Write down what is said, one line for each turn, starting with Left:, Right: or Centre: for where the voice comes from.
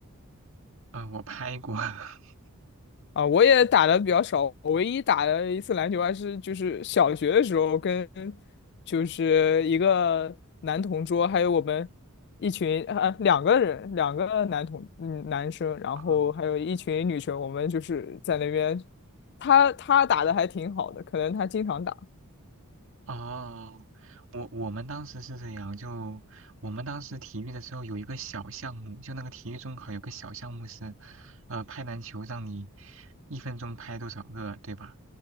Right: 嗯，我拍过。<laughs>
Left: 啊，我也打的比较少，我唯一打的一次篮球还是就是小学的时候跟就是一个男同桌，还有我们一群啊两个人，两个男同嗯男生，然后还有一群女生，
Right: 哦
Left: 我们就是在那边，他他打的还挺好的，可能他经常打
Right: 哦，我我们当时是这样，就我们当时体育的时候有一个小项目，就那个体育中考有个小项目是，呃，拍篮球，让你一分钟拍多少个，对吧？